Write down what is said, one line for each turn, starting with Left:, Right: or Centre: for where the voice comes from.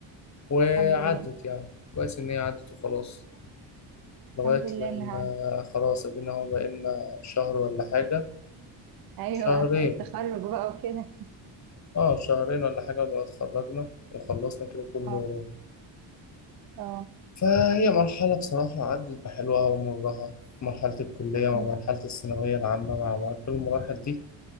Left: وعدت
Right: الحمد لله
Left: يعني كويس إن هي عدت وخلاص لغاية
Right: الحمد لله
Left: لما
Right: إنها عدت
Left: خلاص أدينا هو بقالنا شهر ولا حاجة
Right: أيوة
Left: شهرين
Right: التخرج بقى وكده
Left: اه شهرين ولا حاجة ولا اتخرجنا وخلصنا كده كله
Right: اه اه
Left: فهي مرحلة بصراحة عدت بحلوها ومرها مرحلة الكلية مع
Right: بس
Left: مرحلة الثانوية العامة مع مع كل المراحل دي